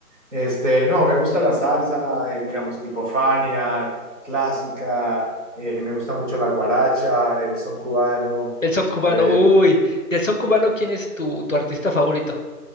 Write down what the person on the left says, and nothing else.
El son cubano,
uy. Del son cubano, ¿quién es tu, tu artista favorito?